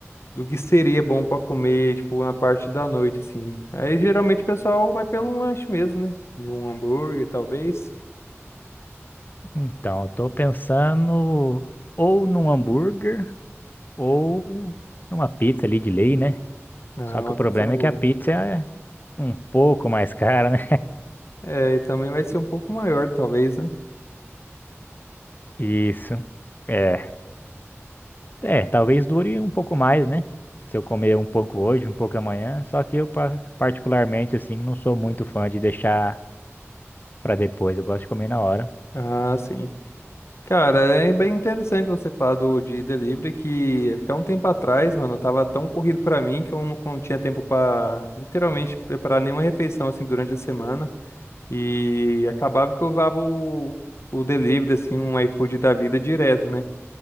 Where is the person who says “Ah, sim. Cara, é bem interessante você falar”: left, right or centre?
Left